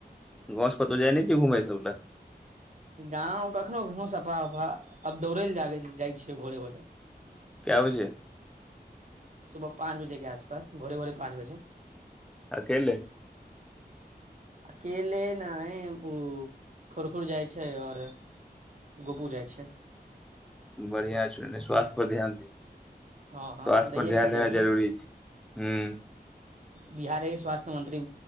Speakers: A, in the centre; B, on the right (about 45°).
A: गाँव सँ केतो जाय नय छी कतौ घुमय सब लऽ
B: गाँव कखनो <unintelligible> सफा उफा आब दौड़ै लऽ जागे जाइ छियै भोरे भोरे
A: कैय बजे
B: सुबह कऽ पाँच बजे केँ आसपास भोरे - भोरे पाँच बजे
A: अकेले
B: अकेले नय उ खुरखुर जाइ छै आओर गोपू जाइ छै
A: बढ़िया छै एनि स्वास्थ्य पर ध्यान देही
B: हँ हँ
A: स्व्थ्य
B: दैयके
A: पर ध्यान
B: चाही
A: देनाइ
B: की
A: जरूरी छै हुँ
B: बिहारे कऽ स्वास्थ्य मंत्री